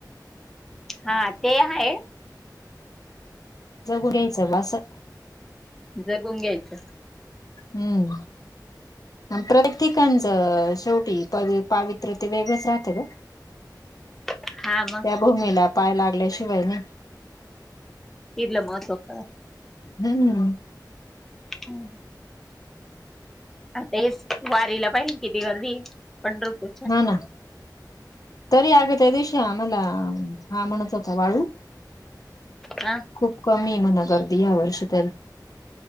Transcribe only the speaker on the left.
जगू घ्यायचं बसं
हम्म प्रतक ठिकाणचं शेवटी पावित्र्य ते वेगळंच राहत ग
त्या भूमीला पाय लागल्याशिवाय न
हम्
हा ना तरी आग त्या दिवशी आम्हाला हा म्हणत होता वाळू
खूप कमी म्हणा ग रर्दी या वर्षात